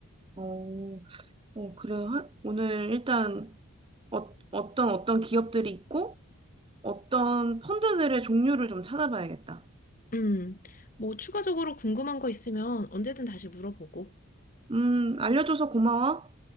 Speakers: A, on the right; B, on the left.
A: 어, 어, 그래. 하- 오늘 일단 어, 어떤 어떤 기업들이 있고 어떤 펀드들의 종류를 좀 찾아봐야겠다.
B: 음, 뭐 추가적으로 궁금한 거 있으면 언제든 다시 물어보고.
A: 음, 알려줘서 고마워.